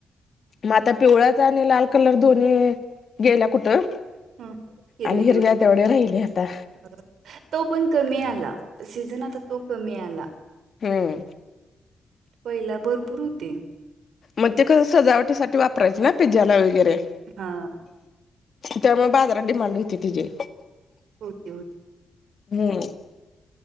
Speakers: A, on the left (about 50°); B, on the right (about 80°).
A: म आता पिवळ्याचा आणि लाल कलर दोन्ही गेल्या कुठं.
B: हं हिरवी
A: आणि हिरव्या
B: तेवढी हाय.
A: तेवढ्या राहिले आता
B: तो पण कमी आला. सीझन आता तो कमी आला.
A: हं.
B: पहिला भरपूर होते.
A: मग ते कसं सजावटीसाठी वापरायचें ना, पिझ्झाला वगैरे.
B: हा.
A: त्यामुळे बाजारात डिमांड होती तिजी.
B: होती हो
A: हम्म.